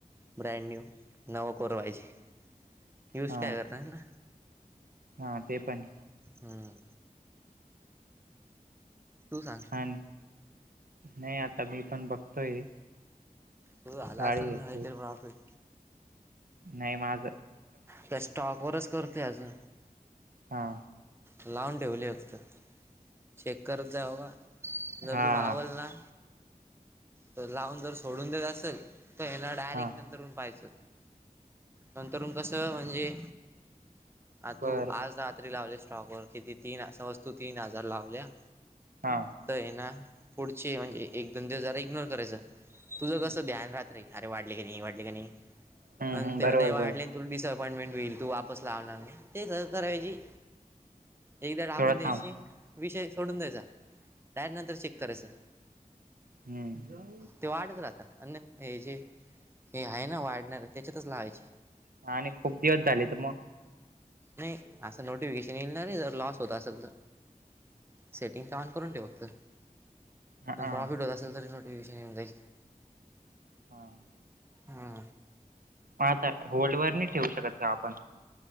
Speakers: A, on the right; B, on the right.
A: ब्रँड न्यू नव कोरवायची न्यूज
B: हा
A: काय करणार ना.
B: हा ते पण.
A: हम्म. तू सांग.
B: आणि नाही आता मी पण बघतोय.
A: सो आला
B: गाडी
A: असल
B: घ्यायचोय
A: काहीतरी प्रॉफिट.
B: नाही माझ.
A: त्या स्टॉक वरच करते अजून.
B: हा.
A: लावून ठेवली फक्त चेक करत जा बाबा जर
B: हा
A: तूला आवल
B: हा
A: ना. तर लावून जर सोडून देत असेल तर याना डायरेक्ट
B: हा
A: नंतरन पाहायचं. न तरुण कस म्हणजे आ
B: बर
A: तू आज.
B: बर
A: लावले स्टॉक वर किती तीन असा वस्तू तीन हजार लावल्या.
B: हा.
A: आहे ना पुढचे म्हणजे एक दोन दिवस जरा इग्नोर करायचं
B: हम्म
A: तुझं कसं ध्यान राह अरे वाढले क नाही वाढले क नाही
B: हम्म
A: पण ते
B: बरोबर
A: नाही वाढले.
B: बरोबर
A: तुला डिसअपॉइंटमेंट होईल तू वापस लावणार नाही ते कराहिजे. एकदा टाकून
B: थोडं
A: द्यायची
B: थांब
A: विषय सोडून द्यायचा डायर नंतर चेक करायचं.
B: हम्म.
A: ते वाढत राहता अन्य हे जे हे आहे ना वाढणारे त्याच्यातच लावायचे.
B: ह आणि खूप दिवस झाले तर मग.
A: नाही असं नोटिफिकेशन येलणारे जर लॉस होत असेल तर. सेटिंगस ऑन करून ठ फक्त.
B: हा
A: पण
B: हा
A: प्रॉफिट होत असेल तरी नोटिफिकेशन येऊन जाईल.
B: हां.
A: हा,
B: ह आता होल्ड वर नाही ठेवू शकतं का आपण.